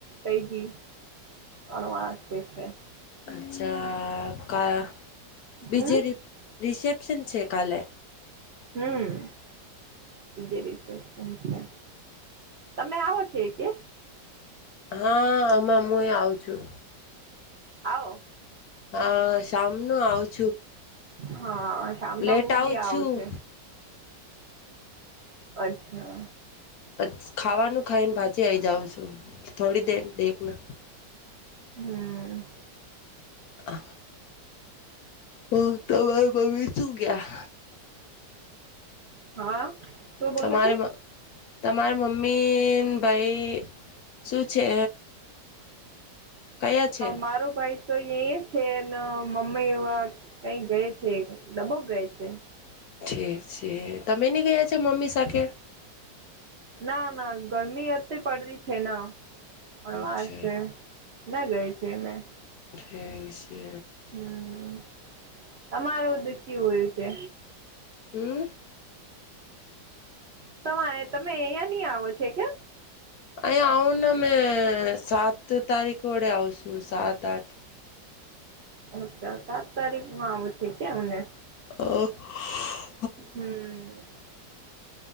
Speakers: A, on the right; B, on the left.
A: તઈજી અણવા તે છે.
B: અચ્છા કા બીજે
A: હમ
B: રિ રિસેપ્શન છે કાલે.
A: હમ્મ, બીજે રિસેપ્શન છે. તમે આવો છો કે?
B: હા હમાં હું એ આવું છું.
A: આવો.
B: હા શમનું આવ.
A: હા શમનો
B: લેટ
A: હું બી આવું
B: છું
A: છે. અચ્છા.
B: પછ ખાવાનું ખાઈને પાચી આઈ જાઉં છું થોડી દેર દેખ ના.
A: હમ્મ.
B: હ! હ તમારી મમ્મી શું ગયા.
A: હા શું બોલો
B: તમારે
A: છો.
B: તમારે મમ્મી ને ભાઈ શું છે. કયા છે
A: મારો ભાઈ તો એ છે મમ્મી એવા કઈ ગય છે. દબક ગઈ છે.
B: ઠીક છે તમે ની ગયા છો મમ્મી સાથે.
A: ના ના ગરમી અટલી પડતી છે ના પણ વાર
B: ઠીક
A: છે. ના ગઈ છે ને.
B: એ છે.
A: હમ તમારું દુઃખયુ હોયું છે.
B: હમ્મ.
A: તમે આ તમે અહંયા નહી આવો છ કે?
B: અહીં આવુંને મે સાત તારીખ વડે આવશું સાત આઠ.
A: અચ્છા સાત તારીખમાં આવું છે કે એમને.
B: અ
A: હમ્મ.